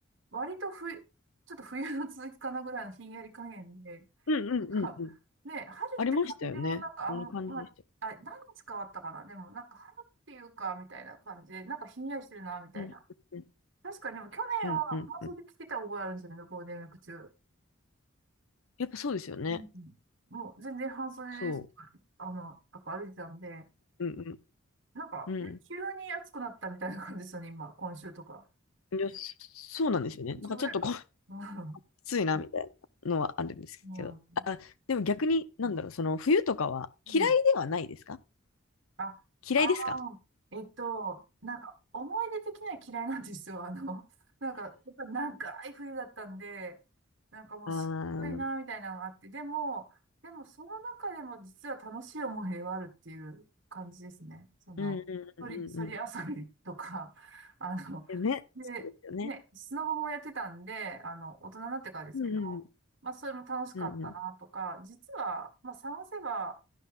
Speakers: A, on the right; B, on the left.
A: 割と冬、ちょっと冬の続きかなぐらいのひんやり加減で、
B: うん、うん、
A: なんかね、
B: うん、うん。
A: 春って感じもなんか、
B: ありましたよね。そんな感じでした。
A: あん、まあ、あ、何日変わったかなでもなんか春っていうか、みたいな感じで、なんかひんやりしてるな、みたいな。
B: うん、うん、
A: 確かにでも去年は半袖着てた覚えあるんですよね、
B: うん、うん。うん
A: ゴールデンウィーク中。
B: やっぱそうですよね。
A: うんうんもう全然半袖で、
B: そ
A: あの、やっぱ歩いてたんで、
B: う。うん、
A: なんか、
B: うん、
A: で、
B: う
A: 急に暑くなったみたいな感じですよね、今、今週とか。
B: ん。いや、そうなんですよね。
A: 今週ぐらいかな。
B: なんかちょっとこう、きついな、みたいなのはあるんですけど。
A: うん。うん。
B: あ、でも逆に、なんだろう、その冬とかは嫌いではないですか
A: うんあ、ああ、
B: 嫌いですか
A: えっと、なんか、思い出的には嫌いなんですよ。<laughs> あの、なんか、やっぱり長い冬だったんで、なんかもうしんどいな、
B: ああー、
A: みたいなのがあって、でも、でもその中でも実は楽しい思い出はあるっていう感じですね。その、
B: うん、うん、うん、
A: そり、
B: うん。
A: そり遊びとか、
B: うん
A: <laughs> あの、
B: よね。
A: で、
B: そうですよね。
A: ね、スノボもやってたんで、あの、大人になってからですけど、
B: うん
A: まあ、それも楽しかったな、
B: うんうん。
A: とか、実は、まあ、探せば、